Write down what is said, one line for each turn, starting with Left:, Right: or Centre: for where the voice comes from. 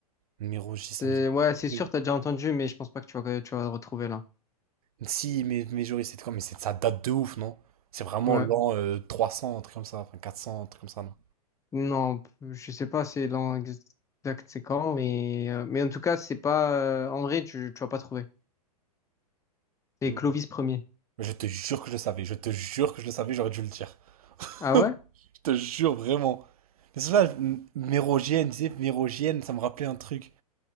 Right: Mirogis, ça
Left: c'est
Right: me dit.
Left: ouais, c'est sûr,
Right: un
Left: t'as déjà entendu, mais je pense pas que tu vas, tu vas le retrouver là.
Right: Si, mais, mais Joris, c'était quand? Mais c'est- ça date de ouf, non? C'est vraiment
Left: Ouais.
Right: l'an euh, 300, un truc comme ça, enfin 400, un truc comme ça, non?
Left: Non, je sais pas, c'est l'an exact, c'est quand, mais, euh, mais en tout cas, c'est pas. euh, en vrai, tu, tu vas pas trouver. C'est
Right: Mm.
Left: Clovis premier.
Right: Je te jure que je le savais, je te jure que je le savais, j'aurais dû le dire. <laughs>
Left: Ah
Right: Je
Left: ouais?
Right: te jure, vraiment. Mais c'est ça, M- Mérogienne, tu sais, Mérogienne, ça me rappelait un truc.